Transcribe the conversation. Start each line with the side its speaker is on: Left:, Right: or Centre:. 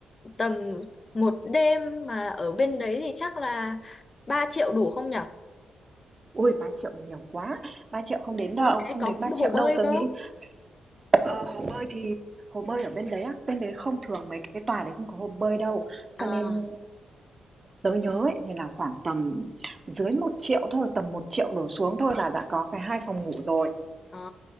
Left: tầm một đêm mà ở bên đấy thì chắc là 3 triệu đủ không nhở
Right: Ui 3 triệu nhiều quá. ba triệu không đến
Left: muốn
Right: đâu, không
Left: cái có
Right: đến
Left: cũng
Right: 3
Left: hồ
Right: triệu
Left: bơi
Right: đâu. Tớ
Left: cơ
Right: nghĩ Ờ, hồ bơi thì hồ bơi ở bên đấy á, bên đấy không thường mấy cái tòa đấy không có hồ bơi đâu. Cho
Left: à,
Right: nên tớ nhớ ấy, thì là khoảng tầm dưới một triệu thôi, tầm một triệu đổ xuống thôi là đã có cái hai phòng ngủ rồi.
Left: à